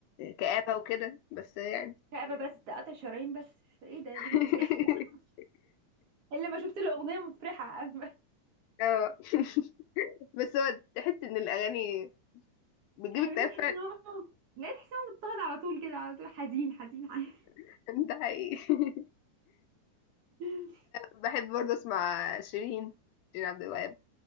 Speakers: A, on the left (about 80°); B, on the right (about 60°).
A: كآبة وكده بس يعني
B: كآبة بس ده قطع شرايين بس ايه ده يا
A: <laughs>
B: بنتي ده <laughs> الا ما شفت له اغنية مفرحة <laughs> عارفة؟
A: اه <laughs> بس هو تحس إن الأغاني بتجيب
B: حبيبي
A: اكتئاب
B: تحسي
A: فعلا
B: ان هو لا تحسي ان هو مضطهد على طول كده على طول حزين حزين حزين
A: <laughs> ده حقيقي <laughs>
B: <laughs>
A: بحب برضه اسمع شيرين شيرين عبد الوهاب